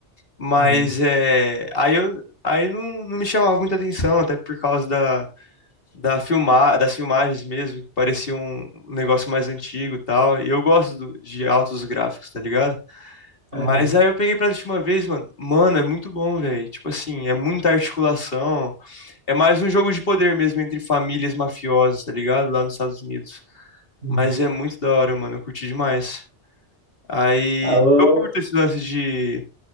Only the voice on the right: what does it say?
Uhum.
Uhum.
Uhum.
Ah, eu-